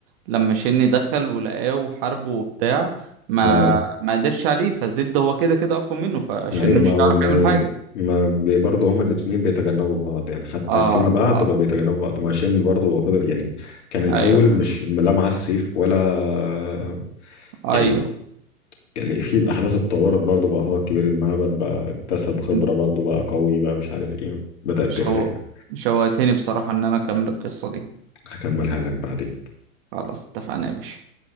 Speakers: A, on the right (about 40°); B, on the left (about 50°).
A: لما شن دخل ولقاه وحاربه وبتاع ما
B: اه
A: ما قدرش عليه فزد هو كده كده اقوى منه فشن
B: ايوه ما
A: مش
B: ما
A: هيعرف يعمل حاجة
B: ما بي- برضه هما الاثنين بيتجنبوا بعض يعني حتى
A: اه
B: فيما بعد
A: اه
B: بقى بيتجنبوا بعض ما هشام برضه هو فضل يعني كان الاول
A: ايوه فهمت
B: مش لا معاه السيف ولا
A: ايوه
B: يعني كان في الاحداث اتطورت برضه بقى هو كبير المعبد بقى اكتسب خبره
A: انت
B: برضه بقى قوي بقى مش عارف ايه بدات
A: شو
B: تفرق يعني
A: شوقتني بصراحة ان انا اكمل القصة دي
B: هكملها لك بعدين
A: خلاص اتفقنا يا باشا